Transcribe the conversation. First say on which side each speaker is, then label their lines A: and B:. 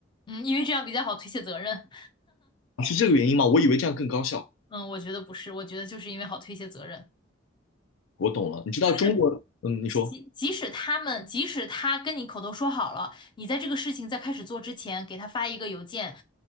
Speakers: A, on the left; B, on the left.
A: 嗯，因为这样比较好推卸责任。
B: 是这个原因吗？我以为这样更高效。
A: 嗯，我觉得不是，我觉得就是因为好推卸责任。
B: 我懂了。你知道中国，
A: 就是
B: 嗯，你说，
A: 即即即使他们，即使他跟你口头说好了，你在这个事情在开始做之前，给他发一个邮件，